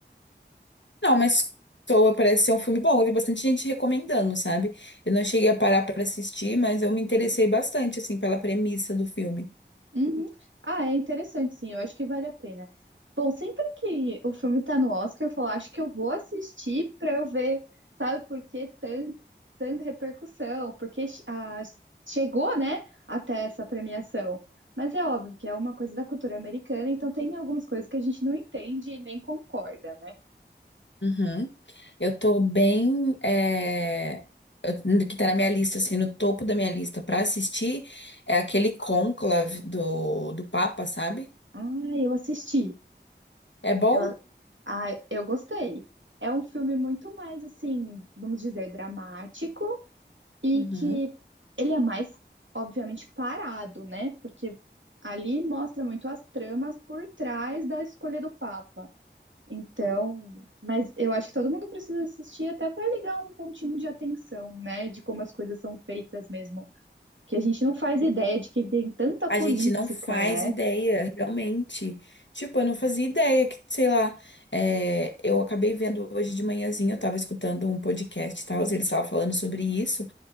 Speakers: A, on the left; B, on the right.
A: Não, mas soa, parece ser um filme bom. Eu vi bastante gente recomendando, sabe? Eu não cheguei a parar para assistir, mas eu me interessei bastante, assim, pela premissa do filme.
B: Uhum. Ah, é interessante, sim. Eu acho que vale a pena. Bom, sempre que o filme tá no Oscar, eu falo, "Ah, acho que eu vou assistir pra eu ver, sabe, por que tan- tanta repercussão, porque che- a- chegou, né, até essa premiação. Mas é óbvio que é uma coisa da cultura americana, então tem algumas coisas que a gente não entende e nem concorda, né?
A: Uhum. Eu tô bem. é, eu- Que tá na minha lista, assim, no topo da minha lista pra assistir é aquele conclave do, do Papa, sabe?
B: Ah, eu assisti.
A: É bom?
B: Eu, ah, eu gostei. É um filme muito mais, assim, vamos dizer, dramático. E
A: Uhum.
B: que ele é mais, obviamente, parado, né? Porque ali mostra muito as tramas por trás da escolha do Papa. Então, mas eu acho que todo mundo precisa assistir até para ligar um pontinho de atenção, né? De como as coisas são feitas mesmo. que a gente não faz ideia de que tem tanta política,
A: A gente não faz
B: né?
A: ideia, realmente. Tipo, eu não fazia ideia que, sei lá, é, eu acabei vendo hoje de manhãzinha, eu tava escutando um podcast e tal, eles estavam falando sobre isso.